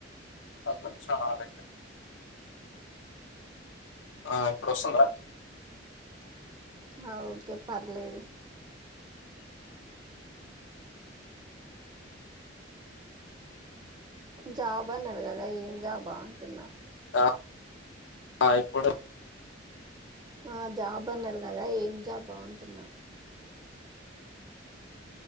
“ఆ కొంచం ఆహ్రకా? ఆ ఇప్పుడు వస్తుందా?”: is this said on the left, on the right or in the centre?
Left